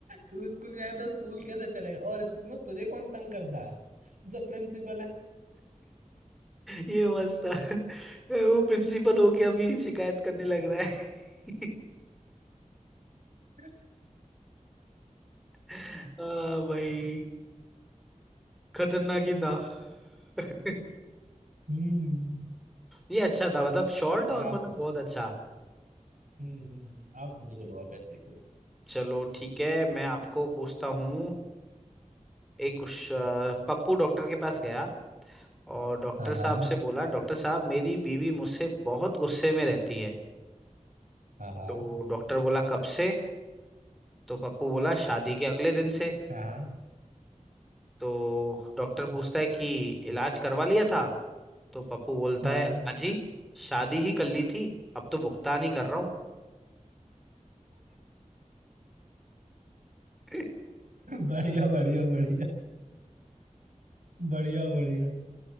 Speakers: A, on the right; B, in the centre.
A: तू स्कूल जाएगा तो स्कूल कैसे चलेगा और स्कूल में तुझे कौन तंग करता है तू तो प्रिंसिपल है
B: ये मस्त था वो प्रिंसिपल होके अभी शिकायत करने लग रहा है
A: <laughs>
B: <laughs> आ, भाई खतरनाक ही
A: हम्म
B: था <laughs>
A: हम्म,
B: ये अच्छा था मतलब शॉर्ट और
A: और आप
B: मतलब
A: पूछो
B: बहुत अच्छा
A: हम्म हम्म, हम्म, आप पूछो चलो आप ऐसे ही कोई
B: चलो ठीक है मैं आपको पूछता हूँ एक कुछ अ, पप्पू डॉक्टर के पास गया और डॉक्टर
A: हाँ
B: साहब
A: हाँ
B: से बोला डॉक्टर साहब मेरी बीवी मुझसे बहुत गुस्से में रहती है
A: हाँ हाँ
B: तो डॉक्टर बोला कब से तो पप्पू बोला शादी के अगले दिन से
A: हाँ
B: तो डॉक्टर पूछता है कि इलाज करवा लिया था तो पप्पू बोलता
A: हाँ
B: है हाँ
A: <laughs>
B: जी शादी ही कर ली थी अब तो भुगतान ही कर रहा हूँ <laughs>
A: बढ़िया बढ़िया बढ़िया बढ़िया बढ़िया